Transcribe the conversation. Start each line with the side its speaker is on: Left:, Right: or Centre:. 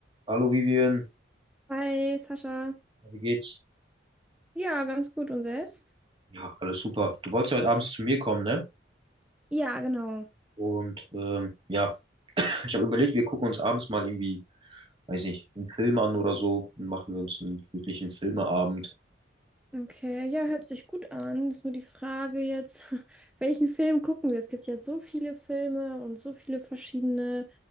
Right: Hallo Vivian,
Centre: Hi, Sascha.
Right: Ja, wie geht's?
Centre: Ja, ganz gut. Und selbst?
Right: Ja, alles super. Du wolltest ja heute abends zu mir kommen, ne?
Centre: Ja, genau.
Right: Und ähm, ja, <laughs> ich habe überlegt, wir gucken uns abends mal irgendwie, weiß nicht, einen Film an oder so und machen wir uns einen glücklichen Filmeabend.
Centre: Okay, ja, hört sich gut an. Ist nur die Frage jetzt, <laughs> welchen Film gucken wir? Es gibt ja so viele Filme und so viele verschiedene